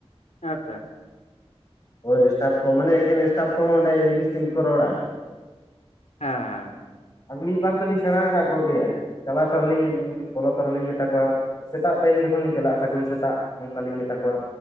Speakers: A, on the left; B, on the left.
A: ᱦᱮᱸ ᱥᱮ᱾
B: ᱦᱳᱭ ᱮᱥᱴᱟᱯ ᱠᱚ ᱢᱟᱱᱮ ᱮᱠᱮᱱ ᱮᱥᱴᱟᱯ ᱠᱚᱦᱚᱸ ᱚᱸᱰᱮ ᱤᱝᱞᱤᱥ ᱛᱮᱜᱮ ᱠᱚ ᱨᱚᱲᱟ᱾
A: ᱦᱮᱸ ᱦᱮᱸ᱾
B: ᱟᱨ ᱢᱤᱫ ᱵᱟᱨ ᱛᱮᱞᱤᱧ ᱥᱮᱬᱟ ᱟᱠᱟᱫ ᱠᱚᱜᱮᱭᱟ ᱪᱟᱞᱟᱣ ᱛᱚᱨᱟ ᱞᱤᱧ ᱵᱚᱞᱚ ᱛᱚᱨᱟ ᱞᱤᱧ ᱢᱮᱛᱟ ᱠᱚᱣᱟ ᱥᱮᱛᱟᱜ ᱴᱟᱭᱤᱢ ᱡᱚᱠᱷᱚᱱ ᱞᱤᱧ ᱪᱟᱞᱟᱜᱼᱟ ᱥᱟᱹᱜᱩᱱ ᱥᱮᱛᱟᱜ ᱱᱚᱝᱠᱟ ᱞᱤᱧ ᱢᱮᱛᱟ ᱠᱚᱣᱟ᱾